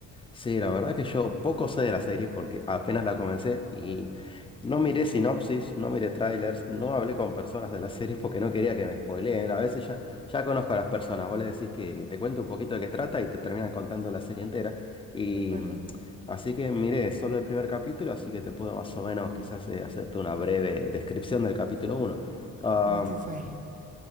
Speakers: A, on the left (about 15°); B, on the right (about 25°).
A: Sí, la verdad que yo poco sé de la serie porque apenas la comencé y no miré sinopsis, no miré trailers, no hablé con personas de la serie porque no quería que me spoileen. A veces ya, ya conozco a las personas, vos le decís que, que te cuente un poquito de qué trata y te terminan contando la serie entera. Y
B: De acuerdo.
A: mm, así que miré solo el primer capítulo, así que te puedo más o menos quizás eh, hacerte una breve descripción del capítulo uno. Ah,
B: ¿Cómo te fue?